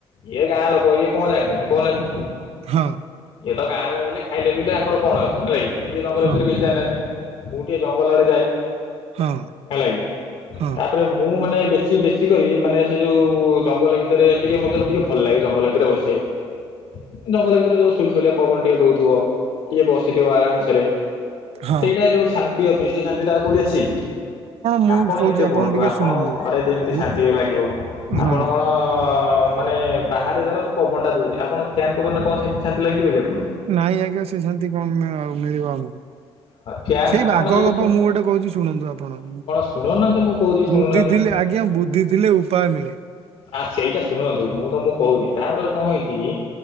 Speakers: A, on the left; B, on the right.
A: ଇଏ ଗାଁ ଲୋକ ଇଏ କଣ ଜାଣିଛନ୍ତି କହୁନାହାନ୍ତି।
B: ହଁ।
A: ସେ ତ ଗାଁରେ ରହିଲ ଖାଇଲେ ପିଇଲେ ଆଙ୍କର କଣ ଅଛି ହେଲା କି। ଇଏ ଜଙ୍ଗଲ
B: ହଁ
A: ବିଷୟରେ କିଛି ଜାଣିନାହାନ୍ତି। ମୁଁ ଟିକିଏ ଜଙ୍ଗଲ ଆଡ଼େ ଯାଏ
B: ହଁ
A: ହେଲା କିି।
B: ହଁ
A: ତାପରେ ମୁଁ ମାନେ ବେଶି ବେଶି କରି ମାନେ ସେ ଯୋଉ ଜଙ୍ଗଲ ଭିତରେ ଟିକେ ମତେ ବି ଟିକେ ଭଲ ଲାଗେ ଜଙ୍ଗଲ ଭିତରେ ବସିବାକୁ। ଜଙ୍ଗଲ ଭିତରେ ଯୋଉ ସୁଲସୁଲିଆ ପବନ ଟିକେ ଦଉଥିବ ଟିକେ ବସିଥିବ ଆରାମସରେ।
B: ହଁ।
A: ସେଇଟା ଯୋଉ ଶାନ୍ତି ଅଛି ସେଇ ଶାନ୍ତି ଟା ଆଉ କୋଉଠି ଅଛି।
B: ମୁଁ
A: ଆପଣ
B: କହୁଛି
A: ନିଜେ କୁହନ୍ତୁ
B: ଟିକେ
A: ଆପଣଙ୍କୁ
B: ଶୁଣନ୍ତୁ।
A: ଘରେ ଯେମିତି
B: ଗୁ
A: ଶାନ୍ତି ଲାଗିବ
B: ହଁ
A: ଆପଣ କଣ ମାନେ ବାହାରେ ଧର ପବନ ଟା ଦଉଛି ଆପଣ ଫ୍ୟାନ ପବନରେ କଣ ସେମିତି ଶାନ୍ତି ଲାଗିବ କି ଆପଣଙ୍କୁ?
B: ନାଇଁ ଆଜ୍ଞା ସେ ସେମିତି କଣ ଆ ମିଳିବ ଆମକୁ।
A: ଫ୍ୟାନ୍
B: ସେଇ
A: ଆପଣ
B: ବାଘ
A: ଯେମିତି
B: ଗପ ମୁଁ ଗୋଟେ କହୁଛି ଶୁଣନ୍ତୁ ଆପଣ।
A: ଶୁଣୁନାହାନ୍ତି ମୁଁ କହୁଛି ଶୁଣୁନାହାନ୍ତି
B: ବୁଦ୍ଧି ଥିଲେ ଆଜ୍ଞା ବୁଦ୍ଧି ଥିଲେ ଉପାୟ ମିଳେ।
A: ଆ ସେଇଟା ଶୁଣନ୍ତୁ ମୁଁ ତମକୁ କହୁଛି ତାପରେ କଣ ହେଇଛି କି